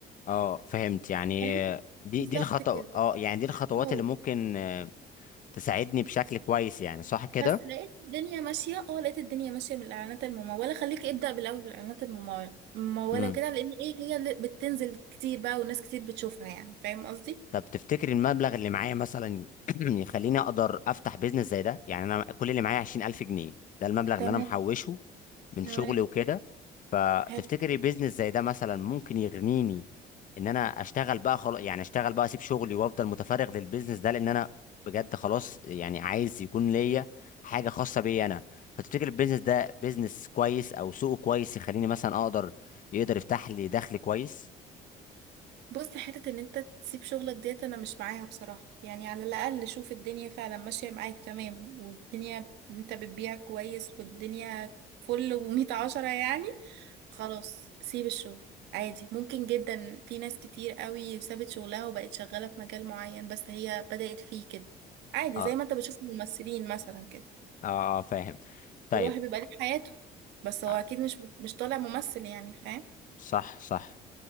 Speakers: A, on the left (about 50°); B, on the right (about 85°).
A: اه فهمت يعني
B: فاهم
A: آه، دي
B: بالظبط
A: دي الخطوة
B: كده
A: اه يعني دي الخطوات
B: اه
A: اللي ممكن آه، تساعدني بشكل كويس يعني صح كده
B: بس لقيت الدنيا ماشية اه لقيت الدنيا ماشية من الإعلانات الممولة خليك ابدأ بالأول بالإعلانات الممولة الممولة
A: امم
B: وكده لأن ايه هي اللي بتنزل كتير بقى والناس كتير بتشوفها يعني فاهم قصدي؟
A: طب تفتكر المبلغ اللي معايا مثلا <clears throat> يخليني اقدر افتح بيزنس زي ده يعني انا كل اللي معايا 20000 جنيه ده المبلغ اللي
B: تمام
A: انا محوشه من
B: تمام
A: شغلي وكده فتفتكري
B: حلو.
A: بيزنس زي ده مثلا ممكن يغنيني ان انا اشتغل بقى خلاص يعني اشتغل بقى اسيب شغلي وافضل متفرغ للبيزنس ده لان انا بجد خلاص يعني عايز يكون ليا حاجه خاصه بيا انا فتفتكر البيزنس ده بيزنس كويس او سوقه كويس يخليني مثلا اقدر يقدر يفتح لي دخل كويس
B: بص حتة ان انت تسيب شغلك ديت انا مش معاها بصراحة يعني على الاقل شوف الدنيا فعلا ماشية معاك تمام والدنيا انت بتبيع كويس والدنيا فل ومية عشرة يعني خلاص سيب الشغل عادي ممكن جدا في ناس كتير قوي سابت شغلها وبقت شغالة في مجال معين بس هي بدأت فيه كده عادي
A: اه
B: زي ما انت بتشوف الممثلين مثلا كده
A: اه آه، فاهم طيب
B: والواحد بيبقى ليه حياته بس هو
A: آه،
B: اكيد مش مش طالع ممثل يعني فاهم
A: صح صح